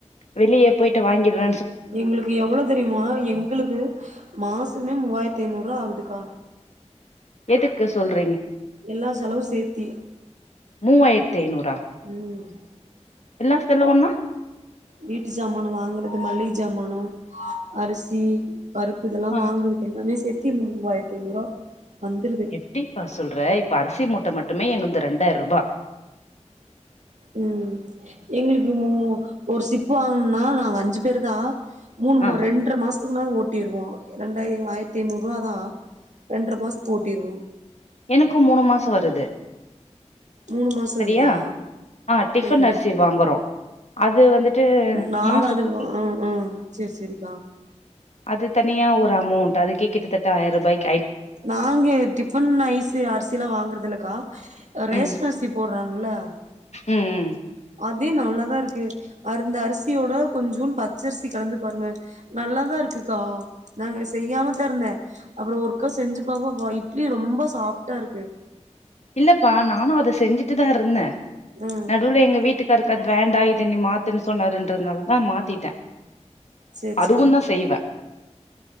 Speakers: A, on the left; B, on the right.
A: வெளியே போயிட்டு வாங்கிடுற
B: எங்குளுக்கு எவ்வளவு தெரியுமா எங்குளுக்கு மாசமே மூவாயிரத்தி ஐநூறு ரூபா ஆகுதுக்கா
A: எதுக்கு சொல்ற
B: எல்லா செலவும் சேத்தி
A: மூவாயிரத்தி ஐநூறா
B: ம்
A: எல்லா செலவோனா
B: வீட்டு சமானு வாங்குறது மல்லிக சமானோ அரிசி பருப்பு இதெல்லா
A: ஆ
B: வாங்குறதுக்கு எல்லாமே சேத் த்தி மூவாயிரத்த ஐநூறுவா வந்துருது
A: எப்டிப்பா சொல்ற இப்ப அரிசி மட் டுமே எங்களது ரெண்டாயிருபா
B: ம் எங்குளுக்கு ஒரு சிப்போ வாங்கணும்னா நாங்க அஞ்சு பேருதா மூணு
A: ஆ
B: ரெண்ட்ரா மாசம் ன ஓட்டிருவோ ரெண்டாயிர ஆயிரத்தி ஐநூறு ரூபாதா ரெண்டரை மாசத்துக்கு ஓட்டிருவோ
A: எனக்கும் மூணு மாசம் வருது
B: மூணு மாசோ
A: சரியா
B: வருதா
A: ஆ டிஃபன்
B: ம்
A: அரிசி வாங்குறோ அது வந்துட்டு
B: நாங்க
A: மாசத்துக்கு
B: அது வா ம் ம் சேரி சேரிக்கா
A: அது தனியா ஒரு அமௌண்ட் அதுக்கே கிட்டத்தட்ட ஆயிரபாக்
B: நாங்க டிஃபன் ஐஸ் அரிசிலா வாங்குறதில்ல கா ரேஷன்
A: ம்
B: அரிசி போடுற தறாங்கல
A: ம் ம்
B: அதே நல்லாதா இருக்கு அந்த அரிசியோட கொஞ்சோனு பச்சரிசி கலந்து பாருங்க நல்லாதா இருக்குக்கா நாங்க செய்யாம தா இருந்தேன் அப்புறோ ஒருக்க செஞ்சு பாத்த இட்லி ரொம்ப சாஃப்ட்டா இருக்கு
A: இல்லப்பா நானும் அத செஞ்சிட்டு தான் இருந்தே
B: ஆ
A: நடுவுல எங்க வீட்டுக்கார் அது வேண்டா இது நீ மாத்துன்னு சொன்னாருன்றதுனாலதா மாத்திட்டேன்
B: சேரி
A: அதுவும்தா
B: சேரி
A: செய்வே